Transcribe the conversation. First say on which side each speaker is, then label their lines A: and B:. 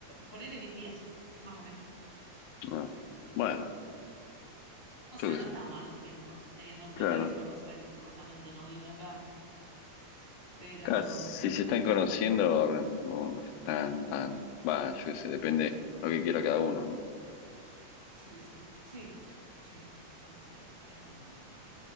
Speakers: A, on the left; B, on the left.
A: Ponerle 10 días, más o menos.
B: Ah, Bueno,
A: O
B: yo
A: sea,
B: qué
A: no
B: sé.
A: están mal los tiempos, teniendo en cuenta
B: Claro.
A: que es una persona que supuestamente no vive acá. Pero.
B: Claro, Si
A: mm,
B: se están conociendo, no, no están tan. Va, yo qué sé, depende
A: No.
B: lo que quiera cada uno, ¿no?
A: Sí, sí. Sí, sí. No sé. Em,